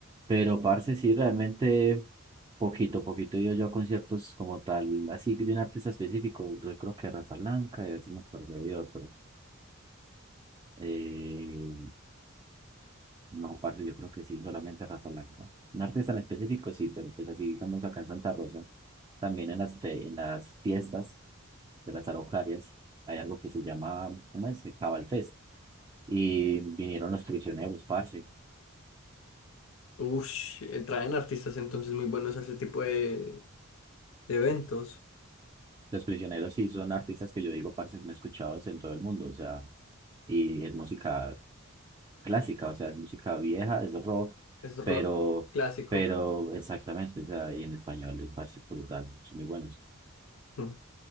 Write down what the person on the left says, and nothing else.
Ush, eh, traen artistas entonces muy buenos a ese tipo de, de eventos.
Es rock
clásico.
Mm.